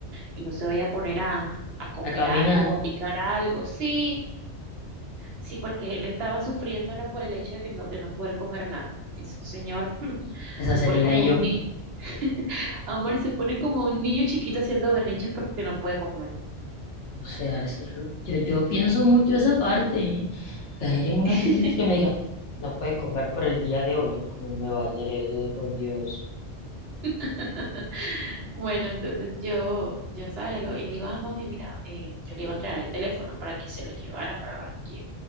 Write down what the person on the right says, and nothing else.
y no se vaya a poner a, a comer
algo o a picar algo. Sí, sí, porque él estaba sufriendo era por el hecho de que no, de no poder comer nada. Ese señor hmm,
se
pone como
un niño. <laughs> Amor, se pone como un niño chiquito haciendo berrinches porque no puede comer.
<laughs>
<laughs> Bueno, entonces yo, yo salgo y digo, ah, mami, mira, eh, yo le iba a entregar el teléfono para que se lo llevara para Barranquilla.